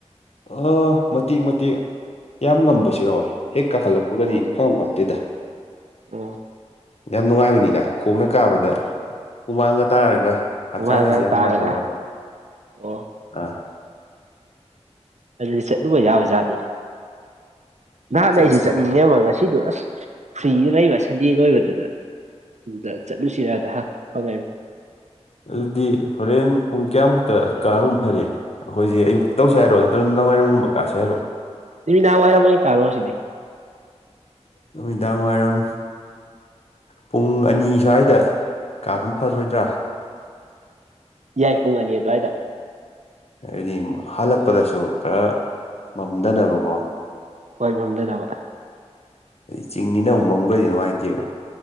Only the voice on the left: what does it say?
ꯑꯥ ꯃꯇꯦꯛ ꯃꯇꯦꯛ ꯌꯥꯝ ꯉꯝꯕꯁꯨ ꯌꯥꯎꯋꯦ ꯍꯦꯛ ꯀꯥꯈꯠꯂꯛꯄꯒꯗꯤ
ꯈꯪꯉꯝ ꯉꯝꯗꯦꯗ꯫
ꯌꯥꯝ ꯅꯨꯡꯉꯥꯏꯕꯅꯤꯗ ꯈꯣꯡꯅ ꯀꯥꯕꯗ ꯍꯨꯃꯥꯡꯒ ꯇꯥꯔꯒ ꯍꯛꯆꯥꯡꯒꯖꯦ
ꯌꯥꯝ
ꯅꯨꯡꯉꯥꯏꯗꯧ ꯃꯥꯟꯕ꯫
ꯑꯥ
ꯆꯠꯁꯤ
ꯑꯗꯨꯗꯤ ꯍꯣꯔꯦꯟ ꯄꯨꯡ ꯀꯌꯥꯃꯨꯛꯇ ꯀꯥꯔꯨꯕꯅ ꯐꯅꯤ꯫ ꯑꯩꯈꯣꯏꯁꯦ ꯑꯌꯛꯇ ꯇꯧꯁ‌ꯦ ꯍꯥꯏꯔꯣ ꯅꯠꯇ꯭ꯔ ꯅꯗꯥꯋꯥꯏꯔꯝꯨꯝꯕ ꯀꯥꯁꯤ ꯍꯥꯏꯔꯣ
ꯅꯨꯃꯤꯗꯥꯡ ꯋꯥꯏꯔꯝ ꯄꯨꯡ ꯑꯅꯤ ꯁ꯭ꯋꯥꯏꯗ ꯀꯥꯕꯅ ꯐꯔꯣꯏꯗ꯭ꯔꯥ
ꯍꯥꯏꯗꯤ ꯍꯜꯂꯛꯄꯗꯁꯨ ꯈꯔ ꯃꯝꯗꯅꯕꯀꯣ
ꯑꯗꯩ ꯆꯤꯡꯅꯤꯅ ꯑꯃꯨꯛ ꯃꯝꯒ꯭ꯔꯗꯤ ꯅꯨꯡꯉꯥꯏꯇꯦꯕ